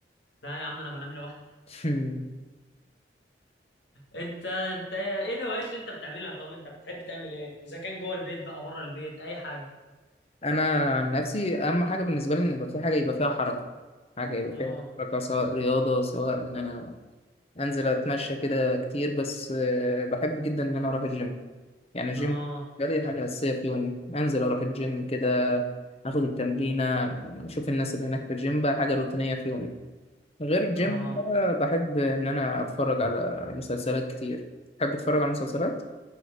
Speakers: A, on the left; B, on the left.
A: لا يا عم انا بنام لوحدي
B: <laughs>
A: انت انت ايه الهوايات اللي انت بتعملها طب انت بتحب تعمل ايه اذا كان جوه البيت بقى بره البيت اي حاجه
B: انا عن نفسي اهم حاجة بالنسبة لي ان يبقى في حاجة يبقى فيها حركة حاجة يبقى
A: اه
B: فيها حركة سواء رياضة سواء ان انا انزل اتمشى كده كتير بس آه، بحب جدا ان انا اروح الجيم يعني الجيم
A: اه
B: ده لي حاجة أساسية في يومي أنزل أروح الجيم كده آخد التمرينة أشوف الناس اللي هناك في الجيم بقى حاجة روتينية في يومي غير الجيم
A: اه
B: بقى بحب إن أنا أتفرج على مسلسلات كتير بحب أتفرج على مسلسلات